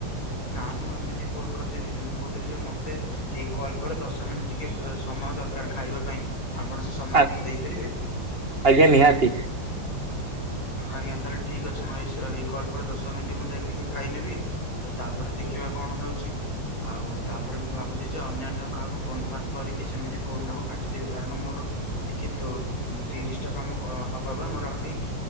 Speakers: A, on the left; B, on the right.
A: ନା ମୁଁ ଏମିତି ଫୋନ କରିଦେଇଥିଲି ମୁଁ କହୁଥିଲି ଯେ ମତେ ଏଇ କଲ୍ ପରେ ଦଶ ମିନିଟ ଟିକେ ଏ ସମୟ ଦରକାର ଖାଇବା ପାଇଁ। ଆପଣ ସେ ସମୟ
B: ଆ
A: ମତେ ଦେଇପାରିବେ?
B: ଆଜ୍ଞା ନିହାତି।
A: ଆଜ୍ଞା ତାହେଲେ ଠିକ ଅଛି ମୁଁଇ ଏଇ କଲ୍ ପରେ ଦଶ ମିନିଟ୍ ମୁଁ ଯାଇକି ଟିକେ ଖାଇନେବି, ତାପରେ ଦେଖିବା କଣ ହଉଛି? ଆଉ ତାପରେ ମୁଁ ଭାବୁଛି ଯେ ଅନ୍ୟାନ୍ୟ କାହାକୁ ଫୋନ୍ ଫାନ୍ କରିକି ସେମିତି ଫୋନ ଟାକୁ କାଟିଦେବି। କାରଣ ମୋର ଟିକେ ତ ତିରିଶ ଟା କାମ ହବା ପାଇଁ ମୋର ଆହୁରି